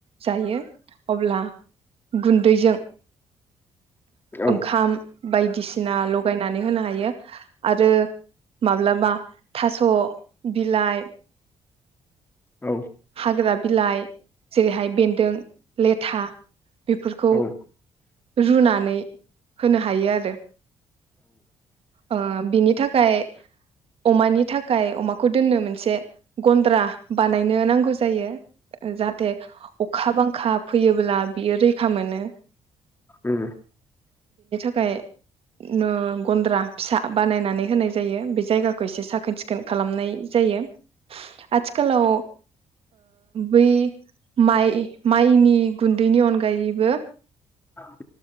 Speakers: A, on the right (about 55°); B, on the left (about 20°).
A: जायो अब्ला गुन्दैजों
B: औ
A: ओंखाम बायदिसिना लगायनानै होनो हायो आरो माब्लाबा थास बिलाइ
B: औ
A: हाग्रा बिलाइ जेरैहाय बेन्दों। लेथा बेफोरखौ
B: ओमफ्राय
A: रुनानै होनो हायो आरो। ओ बिनि थाखाय अमानि थाखाय अमा बेखो दोननो मोनसे गन्द्रा बानायनो नां नांगौ जायो। ओ जाहाथे। अखा बांखा फैयोब्ला बियो रैखा मोनो।
B: उम
A: खाय ओ गन्द्रा फिसा बानायनानै होनाय जायो बे जायगाखौ एसे साखोन सिखोन खोन खालामनाय जायो आथिखालाव बै माइ माइनि गुन्दैनि अनगायैबो
B: अ